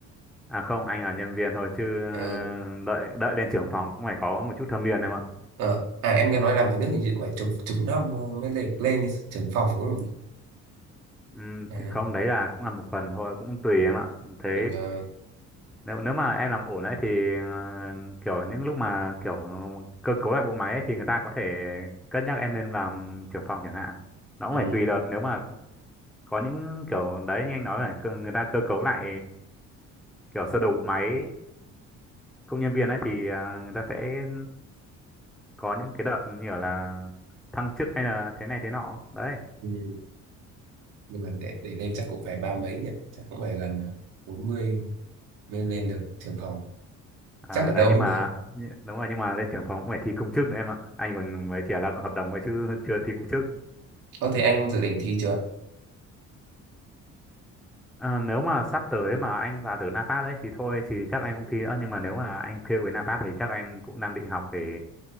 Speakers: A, in the centre; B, on the right (about 80°).
A: À không, anh là nhân viên thôi chứ ờ,
B: Ờ,
A: đợi đợi lên trưởng phòng cũng phải có một chút thâm niên em ạ.
B: ờ, à em nghe nói làm nhà nước hình như cũng phải chục chục năm ờ, mới lên lên trưởng phòng đúng không nhỉ?
A: Ừm,
B: À,
A: thì không, đấy là cũng là một phần thôi, cũng tùy em ạ. Thế
B: ừ, ờ,
A: nếu nếu mà em làm ổn đấy thì ờ, kiểu những lúc mà kiểu cơ cấu lại bộ máy ấy, thì người ta có thể cân nhắc em lên làm trưởng phòng chẳng hạn. Nó cũng
B: ừ,
A: phải tùy đợt nếu mà có những kiểu đấy như anh nói là cơ- người ta cơ cấu lại kiểu sơ đồ bộ máy công nhân viên ấy thì à, người ta sẽ có những cái đợt như kiểu là thăng chức hay là thế này thế nọ đấy
B: ừ. Nhưng mà để để lên chắc cũng phải ba mấy nhỉ, chắc cũng phải gần ờ, bốn mươi mới lên được trưởng phòng.
A: à,
B: Chắc ở
A: đấy
B: đâu
A: nhưng
B: cũng
A: mà
B: thế.
A: nhị- đúng rồi nhưng mà lên trưởng phòng cũng phải thi công chức nữa em ạ anh còn mới chỉ là lao động hợp đồng thôi chứ <laughs> chưa thi công chức
B: Ờ thế anh dự định thi chưa?
A: à, nếu mà sắp tới mà anh vào được NAPAT đấy thì thôi thì chắc
B: Ờ,
A: anh không thi nữa nhưng mà nếu mà anh fail với NAPAT thì chắc anh cũng đang định học để